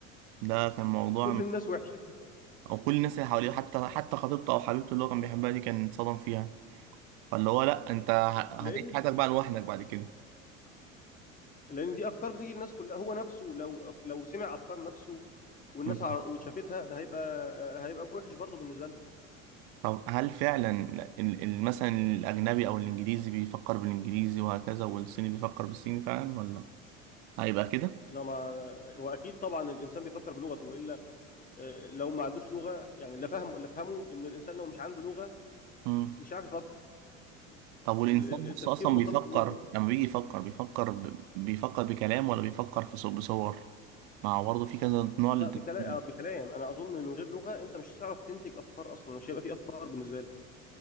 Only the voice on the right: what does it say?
ده كان موضوع
او كل الناس اللي حواليه حتى حتى خطيبته او حبيبته اللي هو كان بيحبها دي كان اتصدم فيها فاللي هو لا انت
ه- هتعيش
حياتك بقى لوحدك بعد كده
مم.
طب هل فعلا ال- ال- مثلا الاجنبي او الانجليزي بيفكر بالانجليزي وهكذا والصيني بيفكر بالصيني فعلا ولا هيبقى كده
مم.
طب والانسان
نفسه
اصلا
بيفكر
لما بيجي يفكر بيفكر ب... بيفكر بكلام ولا بيفكر في صو- بصور ما هو برضه في كذا نوع
للتفكير.